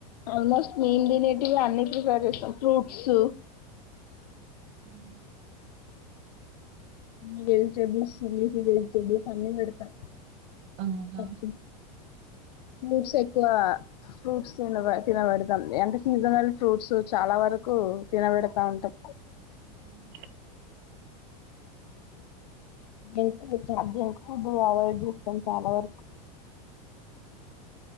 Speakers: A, on the left (about 85°); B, on the right (about 50°).
A: ఆల్మోస్ట్ మేము తినేటివి అన్నిటినీ ప్రిఫర్ చేస్తాం ఫ్రూట్స్
B: మ్మ్
A: అన్ని వెజిటేబుల్స్ అన్ని ప్రిఫర్ అన్ని పెడతాం
B: అవునా
A: <unintelligible> ఫ్రూట్ ఎక్ క్కువ ఫ్రూట్స్ తిన తినబడతాం అంటే సీజనల్ ఫ్రూట్స్ చాలా వరకు తినబ పెడతా ఉంటాం
B: మ్మ్
A: ఇంకో చార్జ్ ఇండు అవడ్ చూస్తాం చాలా వరకు